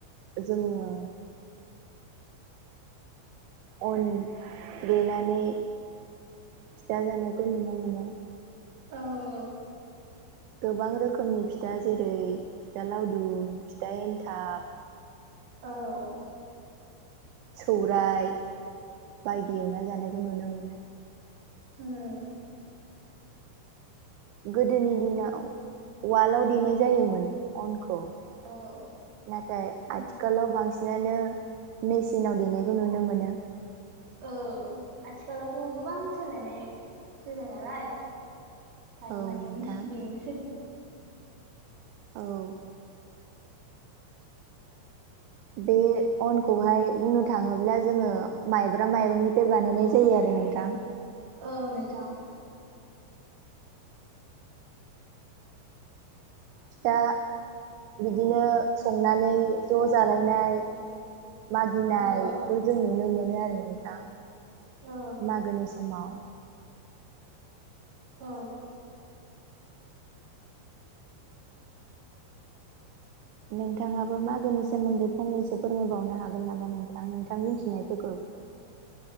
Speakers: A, on the right (about 80°); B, on the right (about 35°).
A: जोङो। अन देनानै फिथा जानायखौ नुनो मोनो।
B: औ औ
A: गोबां रोखोमनि फिथा जेरै, फिथा लावदुम, फिथा एन्थाब,
B: औ।
A: सौराय बायदि एवना जानायखौ नुनो मोनो।
B: उम।
A: गोदोनि दिनाव वाल्दआव देनाय जायोमोन। अनखौ
B: औ
A: नाथाय
B: औ
A: आथिखालाव बांसिन नानो मेसिनि नाव देनायखौ नुनो मोनो।
B: औ आथिखालावथ' गोबां सोलायनाय फैबाय नालाय। दायो
A: औ
B: माने
A: नोंथां
B: मेसिनजोंनो सोलि
A: औ। बे अनखौहाय बुंनो थाङोब्ला जोङो माइब्रा माइरंनिफ्राय बानायनाय जायो आरो नोंथां।
B: औ नोंथां।
A: फिथा बिदिनो संनानै ज' जालायनाय मागिनायखौ
B: औ
A: जों नुनो मोनो आरो नोंथां
B: औ
A: मागोनि समाव।
B: औ।
A: नोंथाङाबो मागोनि सोमोन्दै फंनैसो फोरमायबावनो हागोन नामा नोंथां नोंथां मिथिनायफोरखौ?